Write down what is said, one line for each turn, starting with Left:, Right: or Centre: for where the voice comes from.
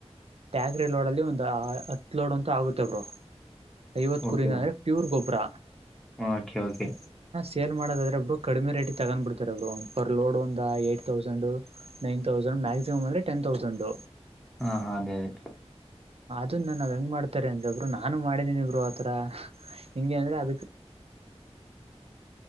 Right: ಟ್ರ್ಯಾಕ್ಟರಿ ಲೋಡಲ್ಲಿ ಒಂದು... ಹತ್ತು ಲೋಡ್ ಅಂತ ಆಗುತ್ತೆ ಬ್ರೋ ಐವತ್ತು
Centre: ಓಕೆ
Right: ಕುರಿನ ಅಂದ್ರೆ ಪ್ಯೂರ್ ಗೊಬ್ಬರ...
Centre: ಓಕೆ ಓಕೆ.
Right: ಸೇಲ್ ಮಾಡೋದಾದ್ರೆ ಬ್ರೋ ಕಡಿಮೆ ರೇಟಿಗೆ ತಗಂಡ್ ಬಿಡ್ತಾರೆ ಬ್ರೋ ಪರ್ ಲೋಡ್ ಒಂದು ಎಂಟ್ ತೌಸಂಡ್ ನೈನ್... ತೌಸಂಡ್ ಮ್ಯಾಕ್ಸಿಮಮ್ ಅಂದ್ರೆ ಟೆನ್ ತೌಸಂಡ್...
Centre: ಹಾ ಹಾ ಅದೇ ಅದೇ...
Right: ಅದನ್ ಹೆಂಗ್ ಮಾಡ್ತಾರೆ ಅಂದ್ರೆ ಬ್ರೋ ನಾನು ಮಾಡಿದೀನಿ ಬ್ರೋ ಆತರ ಹೆಂಗೆ ಅಂದ್ರೆ ಅದಕ್...